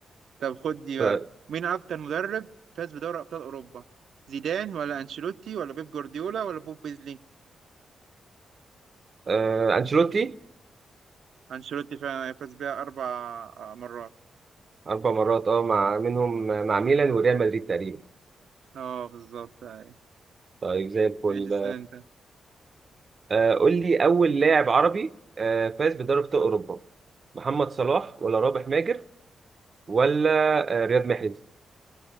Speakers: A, on the right (about 75°); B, on the right (about 50°).
A: طب خد دي
B: طيب
A: بقى مين أكتر مدرب فاز بدوري أبطال أوروبا زيدان ولا أنشيلوتي ولا بيب جوارديولا ولا بوب بيزلي
B: آه أنشيلوتي
A: أنشيلوتي فعلا فاز بيها أربع آه، مرات
B: أربع مرات اه مع منهم مع ميلان وريال مدريد تقريبا
A: اه بالظبط أيوة.
B: طيب زي الفل
A: ماشي اسأل أنت
B: آه قول لي أول لاعب عربي آه فاز بدوري أبطال أوروبا محمد صلاح ولا رابح ماجر ولا آه رياض محرز